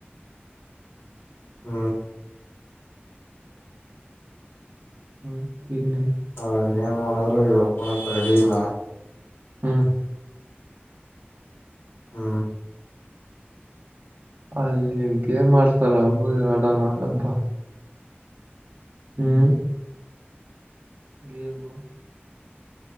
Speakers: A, on the left; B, on the right.
A: ಹ್ಮ
B: ಹ್ಮ್ ಇನ್ನೆ
A: ಅವ್ರ ಏನ್ ಮಾಡಿದ್ರು ಒಪ್ಕೋಳಕ್ಕೆ ರೆಡಿ ಇಲ್ಲ
B: ಹ್ಮ್
A: ಹ್ಮ
B: ಅಲ್ಲಿನ್ ಗೇಮ್ ಆಡಸ್ತಾರೆ ಹೋಗಿ ಆಡೋಣ ಬಾ ಹ್ಮ್ ಗಮು